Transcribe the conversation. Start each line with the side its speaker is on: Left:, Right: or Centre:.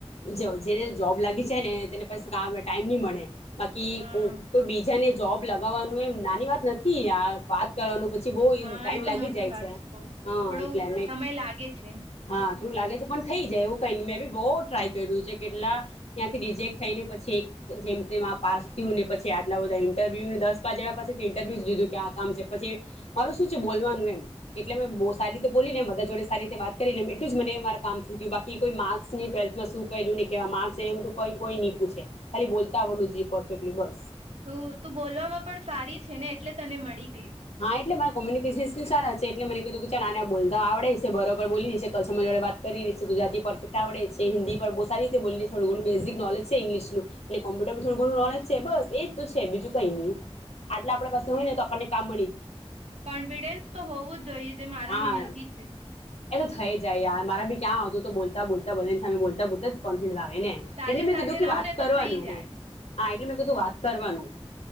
Left: જો જેને જોબ લાગી જાય ને તેને પછ કામ ટાઈમ નહી મળે. બાકી
Right: હા
Left: કો બીજાને જોબ લગાવવાનું એમ નાની વાત નથી યાર વાત કરવાનું પછ છી બ
Right: હા
Left: ટાઈમ
Right: એ તો
Left: લાગી
Right: મોટી
Left: જાય
Right: વાત
Left: છે
Right: બઉ
Left: હા
Right: થોડો
Left: એટલે અમે
Right: સમય લાગે છે
Left: હા એવુ લાગે છે પણ થઈ જાય આવું. કની મેં બી બહુ ટ્રાય કર્યું છે કેટલા ત્યાંથી રિજેક્ટ થઈ ને પછી જેમ પાસ થયું ને પછી આટલા બધા ઇન્ટરવ્યૂને દસ પાંચ જણા પાસેથી ઇન્ટરવ્યૂ જ લીધું કે આ કામ છે પછી મારું શું છે બોલવાનું એમ એટલે મેં બહુ સારી રીતે બોલીને બધા જોડે સારી રીતે વાત કરી લેમ એટલું જ મને મારા કામ થયું બાકી કે કોઈ માર્ક્સ ન ટ્વેલ્થમાં શું ક્યું ને કેવા માસ એઈ કોઈ નહી પૂછે ખાલી બોલતા આવડવું જોઈ પરફેક્ટલી બસ.
Right: તુ તું બોલવામાં પણ સારી છે ને એટલે તને મળી. ગયું
Left: હા એટલે મારા કોમ્યુનિકેશસ સારા છે એટલે મને કીધું કે ચાલ આના બોલતા આવડે સે બરોબર બોલી રહી છે <unintelligible> જોડે વાત કરી રી છે ગુજરાતી પરફેક્ટ આવડે સે, હન્દી પર બુ સારી રીતે બોલી થોડું ઘણું બેઝિક નોલેજ છે ઇંગ્લિશનું ને, કોમ્પ્યુરમાં થડુંધણું નોલેજ છે બસ એજ તો છે બીજુ કઈ ની આટલા આપડા પાસે હોય ને તો આપણને
Right: કોન્ફિડેન્સ તો હોવું જોઈએ જે મારામાં
Left: હા હા
Right: નથી છે
Left: એ તો થઈ જાય યાર મારા બી ક્યાં આવતું તો બોલતા બોલતા બધાની સામે બોલતા બોલતા જ કોન્ફિડન્સ ને,
Right: તારી
Left: એટલે મેં
Right: સાથે
Left: કીધું કે
Right: રહું
Left: વાત
Right: ને તો
Left: કરવાનું
Right: થઈ જાય
Left: હો હા, એટલે મેં કીધું વાત કરવાનું